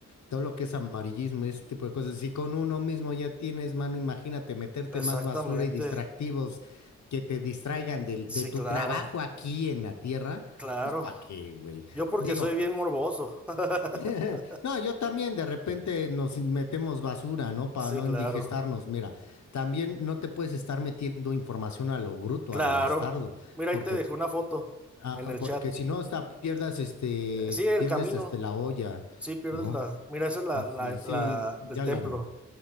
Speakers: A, on the left; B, in the centre.
A: Todo lo que es amarillismo y ese tipo de cosas. Si con uno mismo ya tienes mano, imagínate meterte
B: Exactamente.
A: más basura y distractivos que te distraigan del-
B: Sí,
A: de, tu
B: claro,
A: trabajo aquí en la tierra.
B: claro.
A: Pues, ¿para qué, güey?
B: Yo porque
A: Digo,
B: soy bien morboso. <laughs>
A: <laughs> No, yo también de repente nos metemos basura, ¿no? Para
B: Sí,
A: no
B: claro,
A: indigestarnos. Mira, también no te puedes estar metiendo información a lo bruto,
B: claro.
A: a lo bastardo,
B: Mira,
A: porque,
B: ahí te dejé una foto
A: a-
B: en el
A: a- porque
B: chat.
A: si no, hasta pierdas este,
B: Eh, Sí, el
A: pierdes
B: camino.
A: este la olla,
B: Sí, pierdes
A: ¿no?
B: la. Mira, esa es la,
A: Entonces,
B: la, la,
A: sí,
B: el
A: ya
B: templo.
A: la veo.